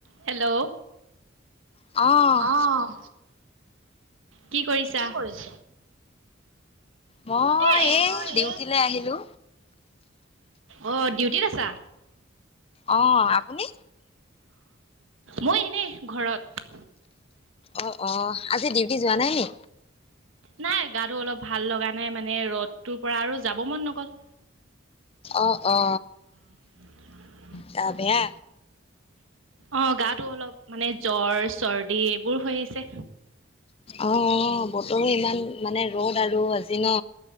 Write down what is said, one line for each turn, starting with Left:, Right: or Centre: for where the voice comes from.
Right: Hello
Left: অ',
Right: অহ কি কৰিছা কৰিছ
Left: মই
Right: এ
Left: এই
Right: দোই
Left: ডিউটিলে
Right: আো
Left: আহিলো।
Right: অ <inaudible> ডিউটিত আছা
Left: অ আপুনি
Right: মই এনে ঘৰত
Left: অ অ আজি ডিউটি যোৱা নাই নি
Right: নাই গাটো অলপ ভাল লগা নাই মানে ৰ'দটোৰ পৰা আৰু যাব মন নগল
Left: অ অ
Right: <unintelligible>
Left: ত বেয়া
Right: অ গাটো অলপ মানে জ্বৰ চৰ্দি এইবোৰ হৈ আছে
Left: অ বতৰো ইমান মানে ৰ'দ আৰু আজি ন